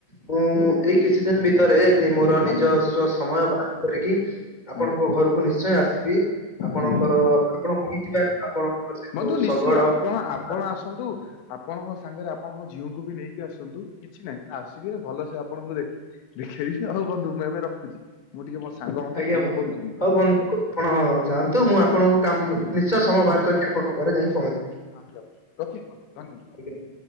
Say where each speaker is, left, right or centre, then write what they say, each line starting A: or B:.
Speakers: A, on the left; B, on the left.
A: ମୁଁ ଏଇ କିଛି ଦିନ ଭିତରେ ମୋର ନିଜସ୍ଵ
B: ଆଜ୍ଞା
A: ସମୟ ବାହାର କରିକି ଆପଣଙ୍କ
B: ଆଜ୍ଞା
A: ଘରକୁ ନିଶ୍ଚୟ ଆସିବି ଆପଣଙ୍କର
B: ଆଜ୍ଞା
A: ଆପଣ କହିଥିବା ଆପଣଙ୍କ ସେ
B: ବନ୍ଧୁ
A: ଯୋଉ
B: ନିଶ୍ଚିନ୍ତ
A: ଶଗଡ଼
B: ଆପଣ ଆପଣ
A: କିମ୍ବା-
B: ଆସନ୍ତୁ ଆପଣଙ୍କ ସାଙ୍ଗରେ ଆପଣଙ୍କ ଝିଅଙ୍କୁ ବି ନେଇକି ଆସନ୍ତୁ। କିଛି ନାହିଁ ଆସିବେ ଭଲସେ ଆପଣଙ୍କୁ ଦେଖ ଦେଖେଇବି ହଉ ବନ୍ଧୁ ମୁଁ ଏବେ ରଖୁଛି। ମୁଁ ଟିକେ ମୋ ସାଙ୍ଗ ମତେ
A: ଆଜ୍ଞା
B: ଫୋନ
A: ବନ୍ଧୁ
B: କରୁଛନ୍ତି।
A: ହଉ ବନ୍ଧୁ ଆପଣ ଯାଆନ୍ତୁ ମୁଁ ଆପଣଙ୍କୁ କାମ ନିଶ୍ଚୟ ସମୟ ବାହାର କରିକି ଆପଣଙ୍କ ଘରେ ଯାଇ ପହଞ୍ଚିବି
B: ଆଜ୍ଞା ବନ୍ଧୁ ରଖୁଛି ବନ୍ଧୁ ଧନ୍ୟବାଦ।
A: ଆଜ୍ଞା।